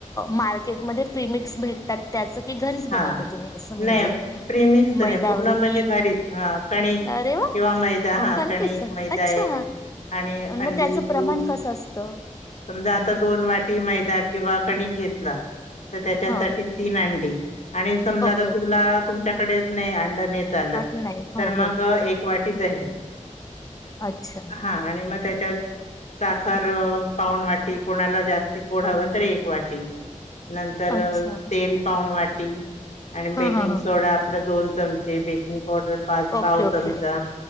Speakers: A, on the left (about 25°); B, on the left (about 60°).
A: मार्केटमध्ये प्रिमिक्स भेटतात त्याच की घरीच बनवता
B: हा
A: तुम्ही असं म्हणजे
B: नाही प्रिमिक्स नाही
A: मैदा
B: पूर्ण
A: वगैरे
B: म्हणजे घरीच हा कणिक
A: अरे वा
B: किंवा मैदा हा कणिक मैदा
A: अच्छा
B: आहे आणि
A: मग
B: अंडी
A: त्याच प्रमाण
B: दूध
A: कस असतण
B: समजा आता दोन वाटी मैदा किंवा कणिक घेतला तर त्याच्यासाठी
A: हा
B: अंडी आणि समजा
A: ओके
B: आता तुला तुमच्याकडे नाही नाही चालत
A: हां, नाही हो
B: तर
A: हो
B: मग वाटी दही
A: अच्छा
B: हा आणि मग त्याच्या त्यात साखर पाऊन वाटी कोणाला जास्ती गोड हव तर एक वाटी नंतर
A: अच्छा
B: तेल पाऊून वाटी ते आणि बेकिंग
A: हा हा हा
B: सोडा आपला दोन चमचे बेकिंग पावडर पाच
A: ओके
B: पाव
A: ओके
B: चमचे